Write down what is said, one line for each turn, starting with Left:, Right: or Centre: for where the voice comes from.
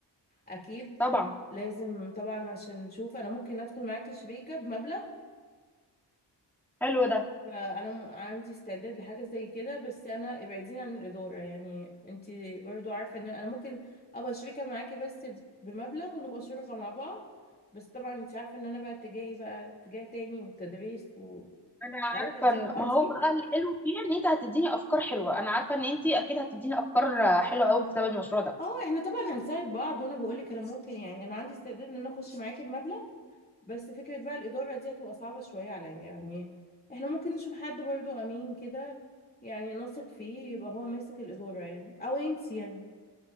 Left: اكيد
Centre: طبعا
Left: لازم طبعا عشان نشوف انا ممكن ادخل معاكي شريكه بمبلغ
Centre: حلو ده
Left: فانا م- عندي استعداد لحاجه زي كده بس انا ابعديني عن الاداره يعني انت برضو عارفه ان انا ممكن ابقى شريكه معاكي بس ب- بمبلغ ونبقى شركاء مع بعض بس طبعا انت عارفه ان انا بقى اتجاهي بقى اتجاه تاني والتدريس وعايزه
Centre: انا عارفه
Left: دي
Centre: ان
Left: دلوقتي
Centre: ما هو بقى الحلو فيه ان انت هتديني افكار حلوه انا عارفه ان انت اكيد هتديني افكار آه، حلوه قوي بسبب المشروع ده
Left: اه احنا طبعا هنساعد بعض وانا بقول لك انا ممكن يعني انا عندي استعداد ان انا اخش معاكي بمبلغ بس فكره بقى الاداره دي هتبقى صعبه شويه عليا يعني احنا ممكن نشوف حد برضو امين كده يعني نثق فيه يبقى هو ماسك الاداره يعني او انت يعني